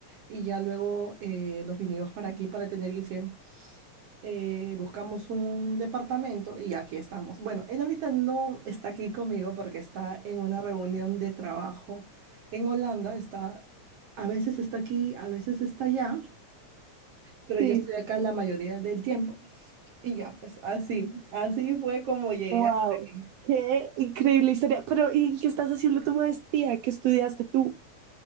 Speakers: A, on the right (about 60°); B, on the right (about 75°).
A: y ya luego eh, nos vinimos para aquí para tener IFEM eh, buscamos un departamento y aquí estamos. Bueno, él ahorita no está aquí conmigo porque está en una reunión de trabajo en Holanda. Está, a veces está aquí, a veces está allá, pero
B: Sí,
A: yo estoy acá la mayoría del tiempo. Y ya, pues así, así fue como llegué
B: wow.
A: hasta aquí.
B: Qué increíble historia. Pero, ¿y qué estás haciendo tu maestría? ¿Qué estudiaste tú?